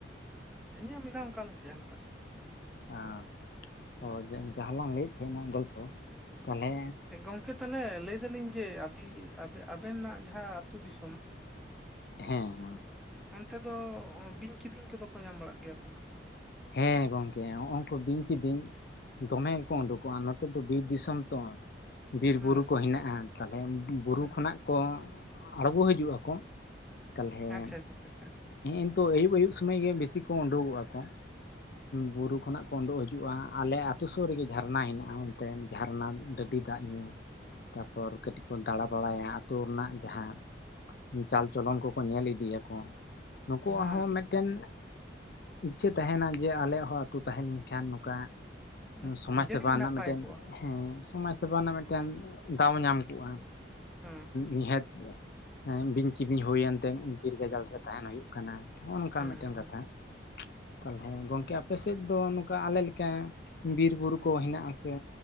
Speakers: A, in the centre; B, on the left.
A: ᱦᱩᱸ ᱤᱧᱟᱹᱜ ᱢᱤᱫᱷᱟᱣ ᱚᱱᱠᱟ ᱞᱮᱧ ᱛᱟᱭᱟ ᱦᱟᱱᱟᱴᱟᱜ ᱨᱮ
B: ᱟᱸ ᱚ ᱡᱟᱦᱟᱸ ᱞᱟᱝ ᱞᱟᱹᱭᱮᱫ ᱛᱟᱦᱮᱸᱱᱟ ᱜᱚᱞᱯᱚ ᱛᱟᱦᱞᱮ
A: ᱡᱮ ᱜᱚᱝᱠᱮ ᱛᱟᱦᱚᱞᱮ ᱞᱟᱹᱭ ᱫᱟᱹᱞᱤᱧ ᱡᱮ ᱟᱹᱵᱤ ᱟᱵᱮ ᱟᱵᱮᱱᱟᱜ ᱡᱟᱦᱟᱸ ᱟᱹᱛᱩ ᱫᱤᱥᱚᱢ
B: ᱦᱮᱸ
A: ᱚᱱᱛᱮ ᱫᱚ ᱦᱚᱸ ᱵᱤᱧ ᱠᱤᱫᱤᱧ ᱠᱚᱫᱚ ᱠᱚ ᱧᱟᱢ ᱵᱟᱲᱟᱜ ᱜᱮᱭᱟ ᱥᱮ ᱵᱟᱝ
B: ᱦᱮᱸ ᱜᱚᱝᱠᱮ ᱦᱚᱸᱜᱼᱚᱝ ᱠᱩ ᱵᱤᱧ ᱠᱤᱫᱤᱧ ᱫᱚᱢᱮ ᱜᱮᱠᱚ ᱩᱰᱩᱠᱚᱜᱼᱟ ᱱᱚᱛᱮ ᱫᱚ ᱵᱤᱨ ᱫᱤᱥᱚᱢ ᱛᱚ ᱵᱤᱨᱵᱩᱨᱩ
A: ᱦᱩᱸ
B: ᱠᱚ ᱦᱮᱱᱟᱜᱼᱟ ᱛᱟᱦᱚᱞᱮ ᱵᱩᱨᱩ
A: ᱦᱩᱸ
B: ᱠᱷᱚᱱᱟᱜ ᱠᱚ ᱟᱬᱜᱚ ᱦᱤᱡᱩᱜ ᱟᱠᱚ ᱛᱟᱦᱚᱞᱮ ᱦᱮᱸᱮᱸ
A: ᱟᱪᱪᱷᱟ ᱟᱪᱪᱷᱟ ᱟᱪᱪᱷᱟ ᱟᱪᱪᱷᱟ
B: ᱱᱤᱛᱚ ᱟᱹᱭᱩᱵ ᱟᱭᱩᱵ ᱥᱚᱢᱚᱭ ᱜᱮ ᱵᱤᱥᱤ ᱠᱚ ᱩᱰᱩᱠᱚᱜ ᱟᱠᱚ ᱵᱩᱨᱩ ᱠᱷᱚᱱᱟᱜ ᱠᱚ ᱩᱰᱩᱠ ᱦᱤᱡᱩᱜᱼᱟ ᱟᱞᱮ ᱟᱛᱩ ᱥᱩᱨ ᱨᱮᱜᱮ ᱡᱷᱟᱨᱱᱟ ᱦᱮᱱᱟᱜᱼᱟ ᱚᱱᱛᱮ ᱡᱷᱟᱨᱱᱟ ᱰᱟᱹᱰᱤ ᱫᱟᱜ ᱧᱩ ᱛᱟᱨᱯᱚᱨ ᱠᱟᱹᱴᱤᱡ ᱠᱚ ᱫᱟᱬᱟ ᱵᱟᱲᱟᱭᱟ ᱟᱹᱛᱩ ᱨᱮᱱᱟᱜ ᱡᱟᱦᱟᱸ ᱪᱟᱞᱪᱚᱞᱚᱱ ᱠᱚᱠᱚ ᱧᱮᱞ ᱤᱫᱤᱭᱟᱠᱚ ᱱᱩᱠᱩᱣᱟᱜ
A: ᱦᱮᱸ
B: ᱦᱚᱸ ᱢᱤᱫᱴᱮᱱ ᱤᱪᱪᱷᱟᱹ ᱛᱟᱦᱮᱱᱟ ᱡᱮ ᱟᱞᱮᱭᱟᱜ ᱦᱚᱸ ᱟᱛᱳ ᱛᱟᱦᱮᱸ ᱞᱮᱱᱠᱷᱟᱱ ᱱᱚᱝᱠᱟ
A: ᱦᱩᱸ
B: ᱥᱚᱢᱟᱡᱽ
A: ᱡᱟᱹᱱᱤᱡ
B: ᱥᱮᱵᱟ ᱨᱮᱱᱟᱜ
A: ᱱᱟᱯᱟᱭ
B: ᱢᱤᱫᱴᱮᱱ
A: ᱠᱚᱜᱼᱟ
B: ᱦᱮᱸ ᱥᱚᱢᱟᱡᱽ ᱥᱮᱵᱟ ᱨᱮᱱᱟᱜ ᱢᱤᱫᱴᱮᱱ ᱫᱟᱣ ᱧᱟᱢ ᱠᱚᱜᱼᱟ
A: ᱦᱮᱸ ᱦᱮᱸ
B: ᱱᱤᱦᱟᱹᱛ ᱦᱮᱸ ᱵᱤᱧ ᱠᱤᱫᱤᱧ ᱦᱩᱭᱮᱱ ᱛᱮ ᱵᱤᱨ ᱜᱟᱡᱟᱲ ᱨᱮ ᱛᱟᱦᱮᱱ ᱦᱩᱭᱩᱜ ᱠᱟᱱᱟ ᱦᱚᱸᱜᱼᱚ ᱱᱚᱝᱠᱟ
A: ᱦᱮᱸ
B: ᱢᱤᱫᱴᱮᱱ ᱠᱟᱛᱷᱟ
A: <unintelligible>
B: ᱛᱟᱦᱚᱞᱮ ᱜᱚᱝᱠᱮ ᱟᱯᱮ ᱥᱮᱫ ᱫᱚ ᱱᱚᱝᱠᱟ ᱟᱞᱮ ᱞᱮᱠᱟ ᱵᱤᱨ ᱵᱩᱨᱩ ᱠᱚ ᱦᱮᱱᱟᱜ ᱟᱥᱮ